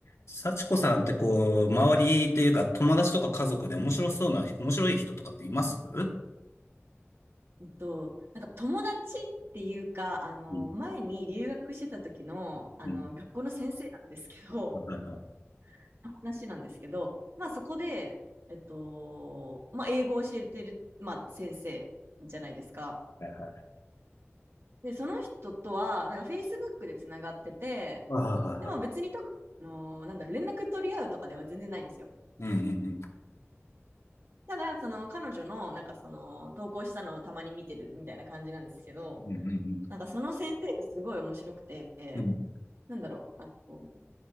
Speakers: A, on the left; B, on the right.
A: 幸子さんってこう、周りというか友達とか家族で面白そうな、面白い人とかっていますうん
B: うんと、なんか友達っていうか、あの、
A: う
B: 前に留学してた時の、あの、
A: ん
B: 学校の先生なんですけど、
A: はいはい。
B: <laughs> の話なんですけど、まあそこで、えっと、まあ英語を教えてる、まあ先生じゃないですか。
A: はいはい。
B: で、その人とは、なんか Facebook でつながってて、
A: はいはいはい。
B: でも別に特に、あの、なんだろう、連絡取り合うとかでは全然ないんですよ。
A: うんうんうん。
B: ただ、その彼女の、なんかその、投稿したのをたまに見てるみたいな感じなんですけど、
A: うんうん
B: なんかその先生がすごい面白くて、
A: うん。うん。
B: なんだろう。あの、